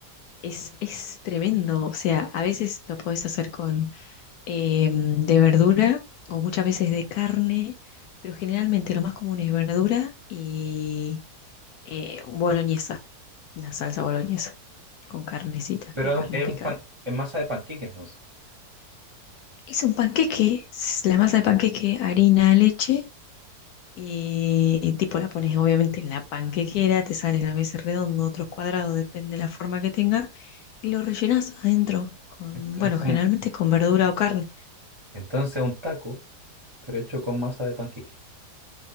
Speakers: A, on the left (about 75°); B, on the right (about 30°).
A: es, es tremendo. O sea, a veces lo podés hacer con eh, de verdura o muchas veces de carne, pero generalmente lo más común es verdura y eh, boloñesa, la salsa boloñesa, con carnecita,
B: Pero
A: con carne
B: es
A: picada.
B: un pan, es masa de panqueque entonces.
A: Es un panqueque, es la masa de panqueque, harina, leche Y tipo la pones obviamente en la panquequera, te salen a veces redondo, otros cuadrados, depende de la forma que tenga, y lo rellenas adentro con,
B: Es, es
A: bueno,
B: como,
A: generalmente es con verdura o carne.
B: entonces un taco, pero hecho con masa de panqueque.